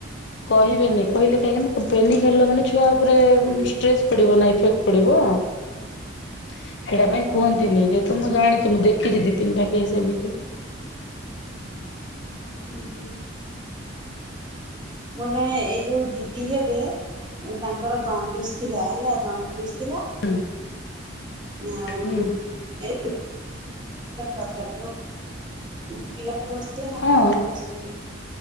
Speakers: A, on the left (about 60°); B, on the right (about 25°).
A: କହିବେନି କହିଲେ କାହିଁକି ନା ପେନିକ ହେଲ ମାନେ ଛୁଆ ଉପରେ ଷ୍ଟ୍ରେସ ପଡିବ ନା ଇଫେକ୍ଟ ପଡିବ।
B: <unintelligible>
A: ସେଇଟା ପାଇଁ
B: ଓହୋ।
A: କୁହନ୍ତିନି ଯେହେତୁ ମୁଁ ଜାଣିଛି ମୁଁ ଦେଖିଛି ଦି ତିନିଟା କେସେ ଏମିତି।
B: ଉଁ ହୁଁ। ମୋର ଜଣେ ଏଇ ଯୋଉ ଦିଦି ହେବେ ତାଙ୍କର ଦଣ୍ଡିଶ ଥିଲା ହେଲା ଦଣ୍ଡିଶ ଥିଲା
A: ହୁଁ।
B: ଆଉ
A: ହୁଁ
B: <unintelligible> ବଞ୍ଚେଇବା ଦରକାର ନା। ପିଲାକୁ ବଞ୍ଚେଇବେ ନା
A: ହଁ
B: ମା କୁ ବଞ୍ଚେଇବେ